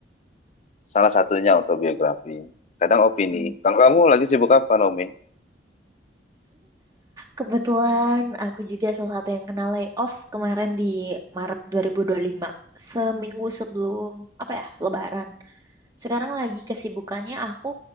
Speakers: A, on the left; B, on the right.
A: Salah satunya autobiografi. Kadang opini.
B: Hmm.
A: Kalau kamu lagi sibuk apa, Naomi?
B: Kebetulan aku juga salah satu yang kena layoff kemarin di Maret 2025. Seminggu sebelum, apa ya, Lebaran. Sekarang lagi kesibukannya aku